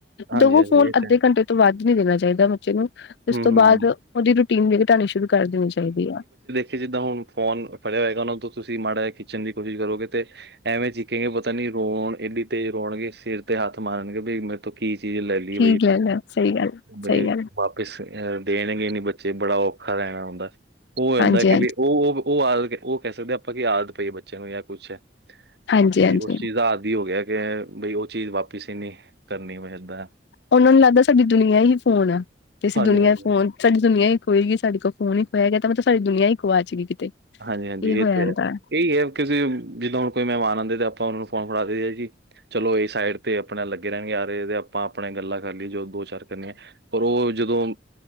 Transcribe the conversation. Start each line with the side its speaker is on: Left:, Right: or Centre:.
Right: ਹਾਂਜੀ
Left: ਦਵੋ
Right: ਹਾਂਜੀ
Left: ਫੋਨ
Right: ਇਹ
Left: ਅੱਧੇ
Right: ਤੇ ਹੈ।
Left: ਘੰਟੇ ਤੋਂ ਵੱਧ ਨੀ ਦੇਣਾ ਚਾਹੀਦਾ ਬੱਚੇ ਨੂੰ ਇਸ
Right: ਹੂੰ
Left: ਤੋਂ
Right: ਹੂੰ
Left: ਬਾਅਦ
Right: ਹੂੰ
Left: ਉਹਦੀ ਟੀਮ ਵੀ ਘਟਾਉਣੀ ਸ਼ੁਰੂ ਕਰ ਦੇਨੀ ਚਾਹੀਦੀ ਆ
Right: ਕਿ ਜਿੱਦਾਂ ਹੁਣ ਫੋਨ ਫੜਿਆ ਹੋਏਗਾ, ਉਹਨਾਂ ਤੋਂ ਤੁਸੀਂ ਮਾੜਾ ਖਿੱਚਣ ਦੀ ਕੋਸ਼ਿਸ਼ ਕਰੋਗੇ ਤੇ ਐਵੇਂ ਚਿੱਖੇਗੇ ਪਤਾ ਨੀ ਰੋਣ ਏਨੀ ਤੇਜ਼ ਰੋਣਗੇ ਸਿਰ ਤੇ ਹੱਥ ਮਾਰਨਗੇ ਬਈ ਕੀ ਚੀਜ਼ ਲੈ ਲਈ
Left: ਠੀਕ ਗੱਲ ਹੈ ਸਹੀ ਗੱਲ
Right: ਬਈ
Left: ਸਹੀ ਗੱਲ
Right: ਬਾਪ ਦੇਣਗੇ ਨੀ ਬੱਚੇ ਬੜਾ ਔਖਾ ਰਹਿਣਾ ਹੁੰਦਾ ਉਹ ਹੋ ਜਾਂਦਾ
Left: ਹਾਂਜੀ
Right: ਕਿ
Left: ਹਾਂਜੀ
Right: ਵੀ ਉਹ ਉਹ ਉਹ ਆਦਤ ਉਹ ਕਹਿ ਸਕਦੇ ਆਪਾਂ ਕੀ ਆਦਤ ਪਈਏ ਬੱਚੇ ਨੂੰ ਜਾਂ ਕੁਛ ਤੇ
Left: ਹਾਂਜੀ ਹਾਂਜੀ
Right: ਉਸ ਚੀਜ਼ ਦਾ ਆਦਿ ਹੋ ਗਿਆ ਬਈ ਉਹ ਚੀਜ਼ ਵਾਪਿਸ ਹੀ ਨੀ ਕਰਨੀ ਮੈਂ ਏਦਾਂ
Left: ਉਹਨਾਂ ਨੂੰ ਲੱਗਦਾ ਸਾਡੀ ਦੁਨੀਆਂ ਹੀ ਫੋਨ ਆ, ਤੇ ਅਸੀਂ
Right: ਹਾਂਜੀ-ਹਾਂਜੀ।
Left: ਦੁਨੀਆਂ ਫੋਨ ਸਾਡੀ ਦੁਨੀਆਂ ਇੱਕ ਹੋੲਗੀ ਸਾਡੇ ਕੋਲ ਫੋਨ ਹੀ ਇੱਕ ਹੋਇਆ ਗਿਆ ਤਾਂ ਮਤਲਬ ਸਾਡੀ ਦੁਨੀਆਂ ਇੱਕੋ ਆ ਗੁਆਚਗੀ ਕਿਤੇ
Right: ਹਾਂਜੀ -ਹਾਂਜੀ
Left: ਹੋ
Right: ਇਹ
Left: ਜਾਂਦਾ।
Right: ਤੇ ਹੈ, ਇਹੀ ਹੈ ਕਿਸੀਂ ਜਿੱਦੋਂ ਹੁਣ ਕੋਈ ਮਹਿਮਾਨ ਆਂਦੇ ਤੇ ਆਪਾਂ ਉਹਨਾਂ ਨੂੰ ਫੋਨ ਫੜਾ ਦੇਦੇ ਹ ਜੀ ਚਲੋ ਇਹ ਸਾਈਡ ਤੇ ਆਪਣੇ ਲੱਗੇ ਰਹਿਣਗੇ ਆਰੇ ਆਪਾਂ ਆਪਣੇ ਗੱਲਾਂ ਕਰ ਲਈਏ ਜੋ ਦੋ-ਚਾਰ ਕਰਨੀਆਂ ਪਰ ਉਹ ਜਦੋਂ